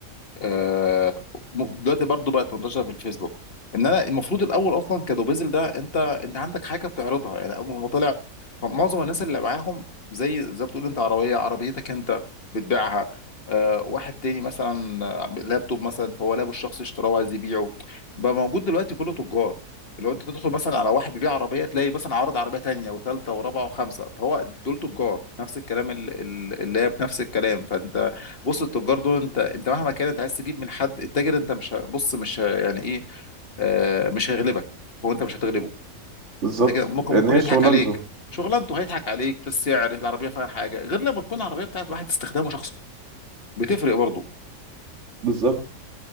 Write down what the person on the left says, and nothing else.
آه، م- دلوقتي برضو بقت منتشره في الفيسبوك ان انا المفروض الاول اصلا كدوبيزل ده انت انت عندك حاجه بتعرضها يعني اول ما طلع فمعظم الناس اللي معاهم زي زي ما بتقول انت عربيه عربيتك انت بتبيعها آه، واحد تاني مثلا آه، لابتوب مثلا فهو لابه الشخصي اشتراه وعايز يبيعه بقى موجود دلوقتي كله تجار لو انت تدخل مثلا على واحد بيبيع عربيه تلاقي مثلا عارض عربيه تانيه وثالثه ورابعه وخمسه فهو دول تجار نفس الكلام ال- ال- اللاب نفس الكلام فانت بص التجار دول انت انت مهما كان انت عايز تجيب من حد التاجر انت مش ه- بص مش ه- يعني ايه آه مش هيغلبك هو انت مش هتغلبه
انت كده ممكن
ممكن
يضحك
عليك شغلانته هيضحك عليك في السعر العربيه فيها حاجه غير لما تكون العربيه بتاعت واحد استخدامه شخصي بتفرق برضه